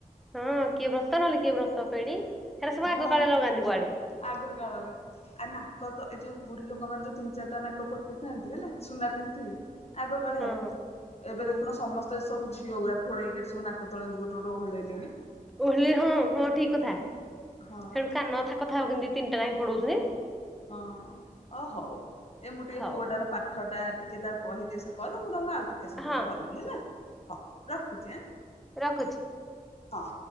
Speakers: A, in the centre; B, on the left.
A: ହଁ କିଏ ବ୍ରତ ନହେଲେ କିଏ ବ୍ରତ ପେଡି। ହେରା ସବୁ
B: ହଁ
A: ଆଗ କାଳରେ ଲଗାନ୍ତି କୁଆଡେ।
B: ଆଗ କାଳରେ ନା। ଏପନ୍ତ ଏଇ ଯୋଉ ବୁଢୀ ଲୋକମାନେ ଯଉ ତିିନ ଚାରିଟା ନାକ ଫୋଡେଇ ଥାନ୍ତି ହେଲା ସୁନା ପିନ୍ଧିଥିବେ। ଆଗ କାଳିଆ
A: ହଁ
B: ଏବେ
A: ହୁଁ
B: ଦେଖୁନ ସମସ୍ତେ ଏ ସବୁ ଝି ଝିଅ ଗୁଡା ଫୋଡେଇକି ଏଠି ସବୁ ନାକ ତଳେ ଗୋଟେ ଗୋଟେ ଓହଳେଇଲେଣି।
A: ଓହଳିରେ ହଁ ହଁ ଠିକ କଥା
B: ହଁ ବା
A: ସେଣୁ କାନ ଥାକଥାକ କେମିତି ଦି ତିନିଟା ନାଖେ ଫୋଡୋଉଛନ୍ତି।
B: ହଁ ଓ ହଉ ଏ ମୁଁ ଟିକେ
A: ହଉ
B: ପୁଅଟାର ପାଠ ଟା ଟିକେ ଟିକେ ତାକୁ କହିଦିଏ ସେ କରୁ ମୁଁ ତମୁକୁ ଆଉ ଟିକେ ସମୟ
A: ହଁ
B: ପରେ କରିବି ହେଲା ହଁ ରଖୁଛି ଆ।
A: ରଖୁଛି।
B: ହଁ।